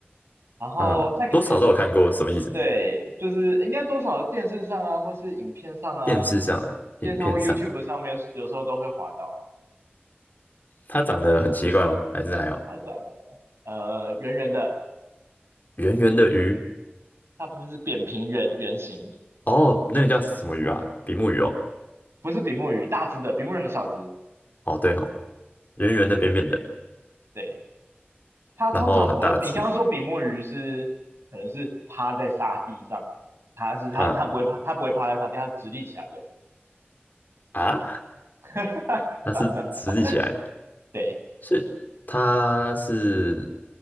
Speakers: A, on the right; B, on the left.
A: 然后再，
B: 啊，多少都有看过，什么意思？
A: 对，就是应该多少电视上啊，或是影片上啊，
B: 电视上、
A: 电视上或
B: 影片上，
A: YouTube 上面，有时候都会滑到。
B: 它长得很奇怪吗？还是还有
A: 它长得呃圆圆的，
B: 圆圆的鱼，
A: 大部分是扁平圆圆形，
B: 哦，那个叫什么鱼啊？比目鱼哦，
A: 不是比目鱼，大只的，比目鱼很小只。
B: 哦对哦，圆圆的、扁扁的，
A: 对，它通常不，
B: 然后很大只，
A: 呃，你刚刚说比目鱼是可能是趴在沙地上，它是它它不会趴，
B: 啊
A: 它不会趴在沙地，它是直立起来的。
B: 啊，
A: <laughs>
B: 它是直立起来的
A: 对
B: 是它是